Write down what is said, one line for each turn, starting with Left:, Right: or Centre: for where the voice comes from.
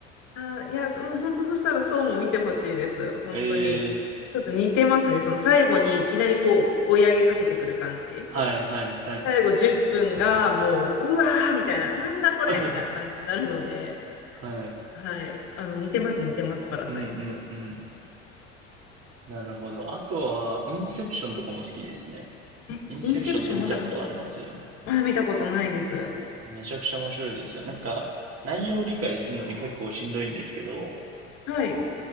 Left: あ、いや、もう本当そしたらそうも見てほしいです。本当に。
Right: ええ
Left: ちょっと似てますね。その最後にいきなりこう追い上げかけてくる感じ。
Right: はいはいはい。
Left: 最後10分がもう、うわーみたいな、なんだこれみたいな感じになるので、
Right: <laughs> はい。
Left: はい。あの、似てます、似てます、パラサイトと。
Right: うんうんうん。なるほど。あとは、インセプションとかも好きですね。
Left: え、
Right: インセプションって見たことあります
Left: インセプションまだ見、まだ見たことないです。
Right: めちゃくちゃ面白いですよ。なんか、内容を理解するのに結構しんどいんですけど、
Left: はい。